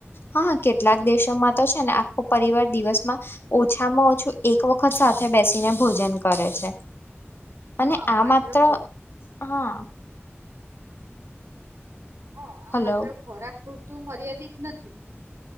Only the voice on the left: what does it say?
હા કેટલાક દેશોમાં તો છે ને આખો પરિવાર દિવસમાં ઓછામાં ઓછું એક વખત સાથે બેસીને ભોજન કરે છે. અને
આ માત્ર
હા.
હલો